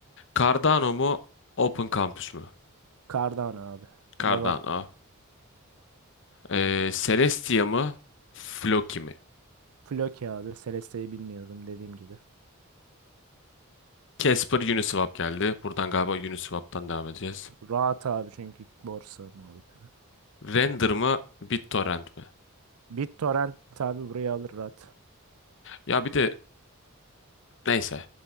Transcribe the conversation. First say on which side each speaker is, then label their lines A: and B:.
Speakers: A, on the left; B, on the right.
A: Cardano mu? Open Campus mu?
B: Cardano abi.
A: Cardano.
B: Devam.
A: Ee, Celestia mı? Floki mi?
B: Floki abi. Celeste'yi bilmiyordum dediğim gibi.
A: Casper Uniswap geldi. Buradan galiba Uniswap'tan devam edeceğiz.
B: Rahat abi çünkü borsa muhabbetine.
A: Render mı? BitTorrent mi?
B: BitTorrent abi burayı alır rahat.
A: Ya bir de neyse.